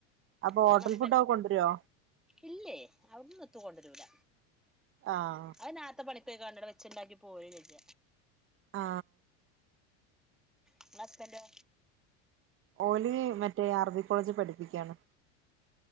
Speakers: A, on the right; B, in the centre.
A: അപ്പൊ
B: പിന്നെ
A: ഹോട്ടൽ
B: മസ്ബൻ
A: ഫുഡൊക്കെ കൊണ്ടുവരുവോ
B: ഇല്ലേ അവിടന്ന് എത്തും കൊണ്ടരൂല.
A: ആഹ്
B: അവനാത്തെ പണിക്കൊക്ക കണ്ടട വെച്ചണ്ടാക്കി പോര ചെജ്ജ
A: ആ
B: ഇങ്ങളെ ഹസ്ബന്റോ
A: ഓല് മറ്റേ അർബി കോളേജിൽ പഠിപ്പിക്കയാണ്